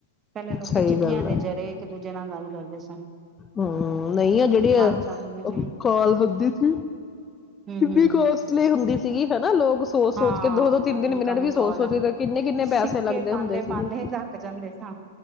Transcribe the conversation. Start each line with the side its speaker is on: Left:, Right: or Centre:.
Right: ਪਹਿਲੇ ਲੋਕੀ
Left: ਸਹੀ
Right: ਚਿੱਠੀਆਂ
Left: ਗੱਲ
Right: ਦੇ ਜਰੇ ਇੱਕ ਦੂਜੇ ਨਾਲ ਗੱਲ ਕਰਦੇ ਸਨ।
Left: ਹੂੰ ਨਹੀਂ ਆ ਜਿਹੜੀ ਆ,
Right: ਹਾਲ ਚਾਲ ਪੁੱਛਦੇ ਸੀ
Left: ਉਹ ਕਾਲ ਹੁੰਦੀ ਸੀ
Right: ਹੂੰ-ਹੂੰ
Left: ਕਿੰਨੀ ਕੋਸਟਲੀ ਹੁੰਦੀ ਸੀ। ਸੀਗੇ ਹਨਾ ਲੋਕ ਸੋਚ ਸੋਚ
Right: ਹਾਂ
Left: ਕੇ ਦੋ ਦੋ ਤਿੰਨ ਤਿੰਨ
Right: ਇਨਕਮਿੰਗ
Left: ਮਿੰਟ ਵੀ ਸੋਚ
Right: ਕਾਲ,
Left: ਸੋਚਦੇ ਕਿੰਨੇ ਕਿੰਨੇ
Right: ਸਿੱਕੇ
Left: ਪੈਸੇ ਲੱਗਦੇ
Right: ਪਾਾਂਦੇ
Left: ਹੁੰਦੇ ਸੀਗੇ
Right: ਪਾਾਂਦੇ ਹੀ ਥੱਕ ਜਾਂਦੇ ਸਾਂ।